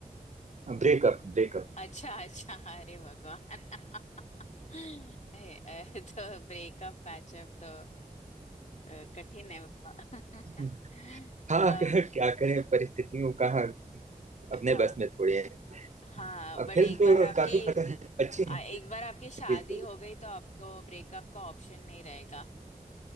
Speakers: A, on the right (about 55°); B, on the left (about 50°).
A: Breakup breakup
B: अच्छा अच्छा अरे भगवान <laughs> हे, अ, तो ब्रेकअप पैचअप तो अ, कठिन है बाबा
A: <laughs>
B: <laughs>
A: हाँ
B: अ,
A: <laughs> क्या करें परिस्थितियों का अपने
B: हाँ
A: बस में थोड़ी है
B: हाँ
A: अब
B: बट
A: फिल्म
B: एक
A: तो
B: बार आपकी
A: काफी पसंद अच्छी
B: आ,
A: है जी,
B: एक बार आपकी शादी
A: जी।
B: हो गई तो आपको ब्रेकअप का ऑप्शन नहीं रहेगा <laughs>